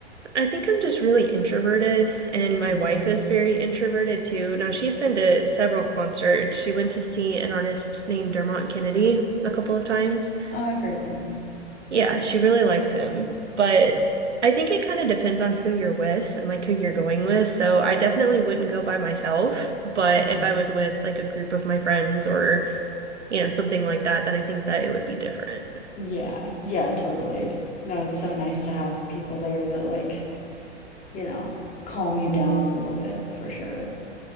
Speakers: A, on the right; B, on the left.
A: I think I'm just really introverted, and my
B: Mhm.
A: wife is very introverted too. Now, she's been to several concerts. She went to see an artist named Dermot Kennedy a couple of times.
B: Oh, I've heard of him.
A: Yeah, she really likes him, but I think it kind of depends on who you're with and like who you're going with. So, I definitely wouldn't go by myself, but
B: Mhm.
A: if I was with like a group of my friends or, you know, something like that, then I think that it would be different.
B: Yeah, yeah, totally. No, it's so nice to have people there that like, you know, calm you down a little bit for sure.